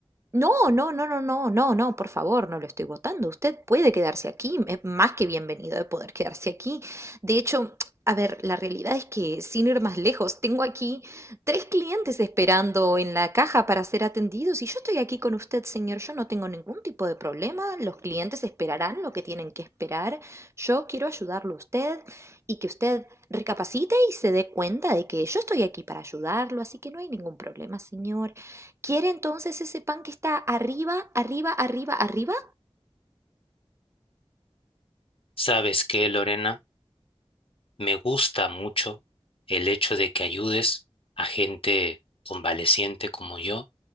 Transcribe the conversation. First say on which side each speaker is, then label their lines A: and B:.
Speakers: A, on the right (about 25°); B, on the left (about 60°).
A: No, no, no, no, no, no, no, por favor, no lo estoy votando. Usted puede quedarse aquí, es más que bienvenido de poder quedarse aquí. De hecho, a ver, la realidad es que, sin ir más lejos, tengo aquí tres clientes esperando en la caja para ser atendidos y yo estoy aquí con usted, señor. Yo no tengo ningún tipo de problema. Los clientes esperarán lo que tienen que esperar. Yo quiero ayudarlo a usted y que usted recapacite y se dé cuenta de que yo estoy aquí para ayudarlo, así que no hay ningún problema, señor. Quiere entonces ese pan que está arriba, arriba, arriba, arriba.
B: ¿Sabes qué, Lorena? Me gusta mucho el hecho de que ayudes a gente convaleciente como yo.